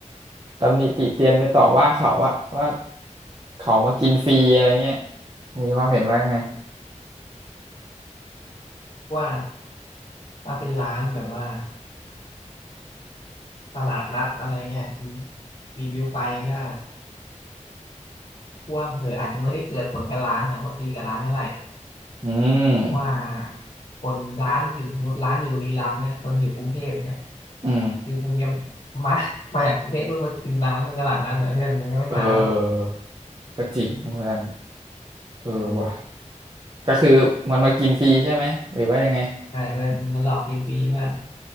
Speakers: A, on the right (about 35°); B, on the left (about 80°).
A: ตำหนิติเตียนไว้ต่อว่าเขาว่าว่าเขามากินฟรีอะไรเงี้ยมีความเห็นว่ายังไง
B: ว่าถ้าเป็นร้านแบบว่าตลาดนัดอะไรเงี้ยคือรีวิวไปก็พวกเธออาจจะไม่ได้เกิดผลกับร้านอะผลดีกับร้านเท่าไหร่
A: อืม
B: เพราะว่าคนร้านอยู่สมมติร้านอยู่บุรีรัมย์เนี่ยคนอยู่กรุงเทพเนี่ย
A: อืม
B: คือคงยังมามาจากกรุงเทพเพื่อมากินร้านในตลาดนั้นเหมือนเพื่อนมันก็ไม่มาหรอก
A: เออก็จริงเหมือนกันเออว่ะ
B: เออ
A: ก็คือมันมากินฟรีใช่ไหมหรือว่ายังไง
B: ใช่เพื่อนมันมันหลอกกินฟรีมาก